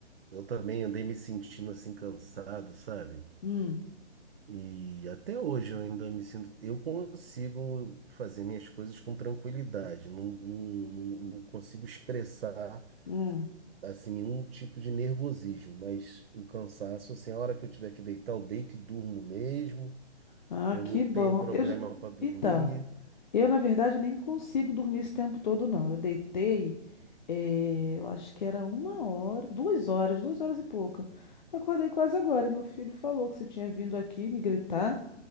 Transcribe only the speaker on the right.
Eu também andei me sentindo assim cansado, sabe?
E até hoje eu ainda me sinto. Eu consigo fazer minhas coisas com tranquilidade, não, não, não consigo expressar
assim nenhum tipo de nervosismo, mas o cansaço, assim, a hora que eu tiver que deitar, eu deito e durmo mesmo.
Eu
não
tenho problema
para dormir.